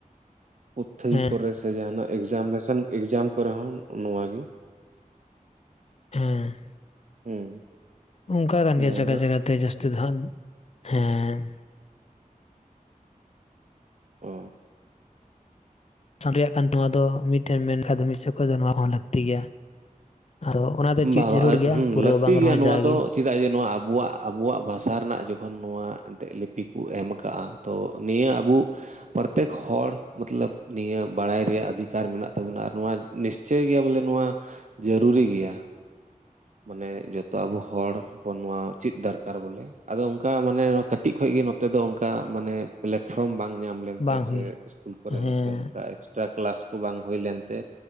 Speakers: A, on the right; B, on the left.
A: ᱯᱩᱛᱷᱤ
B: ᱦᱮᱸ
A: ᱠᱚᱨᱮ ᱥᱮ ᱡᱟᱦᱟᱱᱟᱜ ᱮᱠᱡᱟᱢᱱᱮᱥᱟᱱ ᱮᱠᱡᱟᱢ ᱠᱚᱨᱮ ᱦᱚᱸ ᱱᱚᱣᱟ ᱜᱮ
B: ᱦᱮᱸ
A: ᱦᱩᱸ
B: ᱚᱱᱠᱟ ᱜᱟᱱ ᱜᱮᱭᱟ
A: ᱡᱟᱦᱟᱱᱟᱜ
B: ᱡᱟᱜᱟ ᱡᱟᱜᱟᱛᱮ ᱡᱟᱹᱥᱛᱤ ᱫᱚ ᱦᱟᱸᱜ ᱦᱮᱸ
A: ᱚ
B: ᱥᱟᱸᱨᱮᱭᱟᱜ ᱠᱟᱱ ᱛᱟᱢᱟ ᱫᱚ ᱢᱤᱫ ᱴᱷᱮᱱ ᱢᱮᱱ ᱠᱷᱟᱱ ᱫᱚ ᱢᱤᱫᱥᱮᱫ ᱠᱷᱚᱡ ᱦᱚᱸ ᱞᱟᱹᱠᱛᱤ ᱜᱮᱭᱟ ᱟᱫᱚ ᱚᱱᱟ ᱫᱚ
A: ᱵᱟ
B: ᱪᱮᱫ
A: ᱵᱟ
B: ᱡᱟᱹᱨᱩᱲ
A: ᱟᱨ ᱦᱩᱸ
B: ᱜᱮᱭᱟ ᱯᱩᱨᱟᱹ
A: ᱞᱟᱹᱠᱛᱤ
B: ᱵᱟᱝ ᱨᱮᱦᱚᱸ
A: ᱜᱮᱭᱟ ᱱᱚᱣᱟ
B: ᱡᱟᱜᱮ
A: ᱫᱚ ᱪᱮᱫᱟᱜ ᱡᱮ ᱱᱚᱣᱟ ᱟᱵᱚᱣᱟᱜ ᱟᱵᱚᱣᱟᱜ ᱵᱷᱟᱥᱟ ᱨᱮᱱᱟᱜ ᱡᱚᱠᱷᱚᱱ ᱱᱚᱣᱟ ᱮᱱᱛᱮ ᱞᱤᱯᱤ ᱠᱚ ᱮᱢ ᱟᱠᱟᱜᱼᱟ ᱛᱚ ᱱᱤᱭᱟᱹ ᱟᱵᱚ ᱯᱨᱚᱛᱮᱠ ᱦᱚᱲ ᱢᱚᱛᱞᱚᱵ ᱱᱤᱭᱟᱹ ᱵᱟᱲᱟᱭ ᱨᱮᱭᱟᱜ ᱟᱹᱫᱷᱤᱠᱟᱨ ᱢᱮᱱᱟᱜ ᱛᱟᱵᱚᱱᱟ ᱟᱨ ᱱᱚᱣᱟ ᱱᱤᱥᱪᱳᱭ ᱜᱮ ᱵᱚᱞᱮ ᱱᱚᱣᱟ ᱡᱟᱹᱨᱩᱨᱤ ᱜᱮᱭᱟ ᱢᱟᱱᱮ ᱡᱚᱛᱚ ᱟᱵᱚ ᱦᱚᱲ ᱦᱚᱯᱚᱱ ᱱᱚᱣᱟ ᱩᱪᱤᱫ ᱫᱚᱨᱠᱟᱨ ᱵᱚᱞᱮ ᱟᱫᱚ ᱚᱱᱠᱟ ᱢᱟᱱᱮ ᱱᱚᱣᱟ ᱠᱟᱹᱴᱤᱡ ᱠᱷᱚᱡ ᱜᱮ ᱱᱚᱛᱮ ᱫᱚ ᱚᱱᱠᱟ ᱢᱟᱱᱮ ᱯᱞᱮᱴᱯᱷᱚᱨᱚᱢ ᱵᱟᱝ ᱧᱟᱢ ᱞᱮᱱᱛᱮ
B: ᱵᱟᱝ
A: ᱥᱮ
B: ᱦᱩᱭ
A: ᱥᱠᱩᱞ ᱠᱚᱨᱮ
B: ᱦᱮᱸ
A: ᱦᱚᱸ ᱥᱮ ᱚᱱᱠᱟ ᱮᱠᱥᱴᱨᱟ ᱠᱞᱟᱥ ᱠᱚ ᱵᱟᱝ ᱦᱩᱭ ᱞᱮᱱ ᱛᱮ